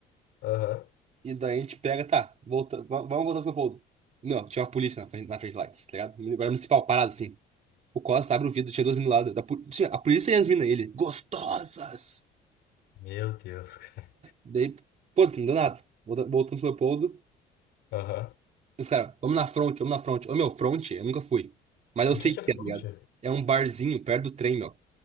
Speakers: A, on the left (about 80°); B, on the right (about 40°).
A: Aham.
B: E daí a gente pega, tá, volta, va- vamos voltar pro São Paulo. Não, tinha uma polícia na frente, na frente lá, tá ligado? Guarda municipal, parado assim. O Costa abre o vidro, tinha duas meninas lá. Da, poli- tinha a polícia e as minas, ele. Gostosas!
A: Meu Deus, cara.
B: Daí, pô, não deu nada. Volta- Voltando pro Leopoldo.
A: Aham.
B: Os caras, vamos na front, vamos na front. Ô, meu, front, eu nunca fui. Mas eu
A: O
B: sei
A: que que
B: que
A: é fronte?
B: é, tá ligado? É um barzinho perto do trem, meu.